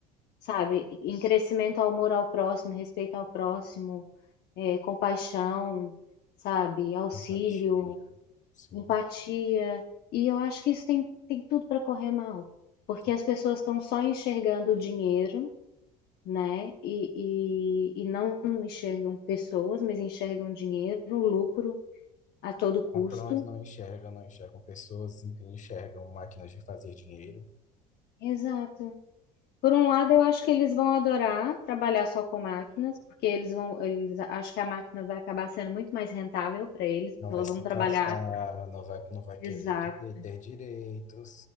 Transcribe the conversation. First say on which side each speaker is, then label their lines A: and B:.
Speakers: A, on the left; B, on the left.
A: sabe? Em crescimento ao amor ao próximo, respeito ao próximo, é, compaixão, sabe? Auxílio,
B: Empatia. Sim.
A: empatia. E eu acho que isso tem, tem tudo para correr mal, porque
B: Tu-
A: as pessoas estão só enxergando o dinheiro, né? E, e, e não enxergam pessoas, mas enxergam dinheiro, lucro a todo custo.
B: Patrões não enxergam, não enxergam pessoas, enxergam máquinas de fazer dinheiro.
A: Exato. Por um lado, eu acho que eles vão adorar trabalhar só com máquinas, porque eles vão, eles acham que a máquina vai acabar sendo muito mais rentável para eles, porque
B: Não vai
A: elas
B: se
A: vão trabalhar,
B: cansar, não vai, não vai
A: exato.
B: querer dire- ter direitos,